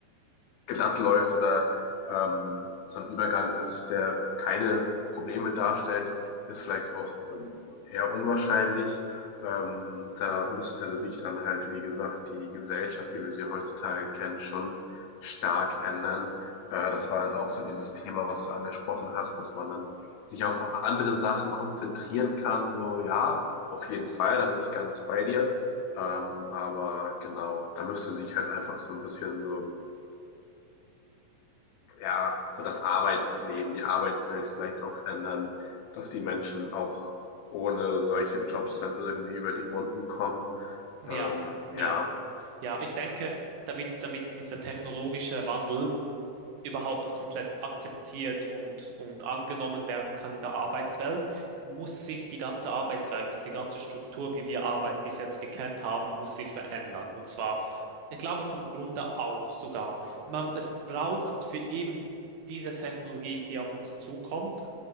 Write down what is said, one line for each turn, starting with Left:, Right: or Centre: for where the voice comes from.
Left: glatt läuft oder ähm, so ein Übergang ist, der keine Probleme darstellt, ist vielleicht auch ähm, eher unwahrscheinlich. Ähm, da müsste sich dann halt, wie gesagt, die Gesellschaft, wie wir sie heutzutage kennen, schon stark ändern. Äh, das war dann auch so dieses Thema, was du angesprochen hast, dass man dann sich auf andere Sachen konzentrieren kann. So, ja, auf jeden Fall, da bin ich ganz bei dir. Ähm, aber genau, da müsste sich halt einfach so ein bisschen so ja, so das Arbeitsleben, die Arbeitswelt vielleicht auch ändern, dass die Menschen auch ohne solche Jobs dann irgendwie über die Runden kommen.
Right: Ja,
Left: Ähm,
Right: ja,
Left: ja,
Right: ja, ich denke, damit, damit dieser technologische Wandel überhaupt komplett akzeptiert und, und angenommen werden kann in der Arbeitswelt, muss sich die ganze Arbeitswelt und die ganze Struktur, wie wir Arbeit bis jetzt gekannt haben, muss sich verändern. Und zwar, ich glaube, vom Grunde auf sogar. Man, es braucht für eben diese Technologie, die auf uns zukommt,